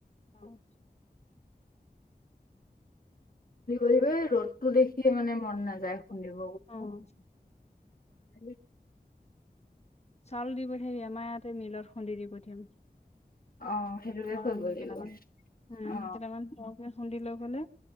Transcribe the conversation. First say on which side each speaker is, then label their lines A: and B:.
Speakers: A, on the left; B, on the left.
A: অঁ'
B: এই ৰ'দতো দেখিয়ে মানে মন নাযায়, খুন্দিব।
A: অ',
B: <unintelligible>
A: চাউল দি পঠিয়াবি, আমাৰ ইয়াতে মিলত খুন্দি দি পঠিয়াম।
B: অ সেইটোকে
A: কেইটামান,
B: কৰিব লাগিব
A: উম,
B: অ
A: কেইটামান উম'। খুন্দি লৈ গলে,